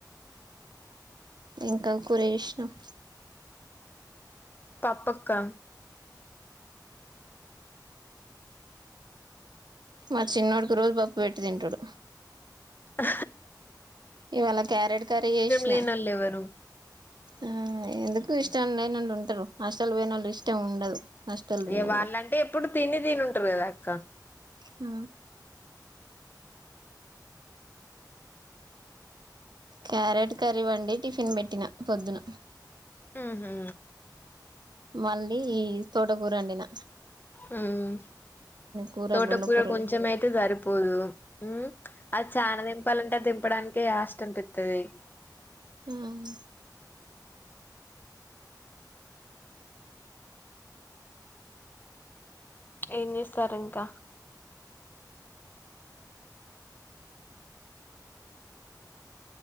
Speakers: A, on the right; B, on the left.
A: ఇంకా ఆ కూర చేసినావ్
B: పప్పుక్కా
A: మా చిన్నోడ్ కి రోజు పప్పు పెట్టు తింటడు
B: అ
A: ఇవాళ క్యారెట్ కర్రీ చేసిన
B: లేనోళ్ళు ఎవరు
A: ఆ ఎందు క్ కు ఇష్టం లేనోళ్ళు ఉంటారు హష్టల్ పోయినోళ్ళు ఇష్టం ఉండదు హాస్టల్ ఉన్నోళ్ళకి
B: ఏ వాళ్ళంటే ఎప్పుడు తిని తినున్ రు కాదక్కా
A: ఆ క్యారెట్ కర్రీ వండి టిఫిన్ పెట్టినా పొద్దున
B: హూ హా
A: మళ్ళీ ఈ తోట కూరండిన
B: ఉమ్
A: కూరలు
B: తోటకూర
A: రెండు కూరలు
B: కొంచెం అయితే సరిపోదు, హ్మ్ అది చాన దెంపాలంటే దింపడాన్ కే హస్ట్ అనిపిత్తది
A: మ్మ్
B: ఏం చేస్తార్ ఇంకా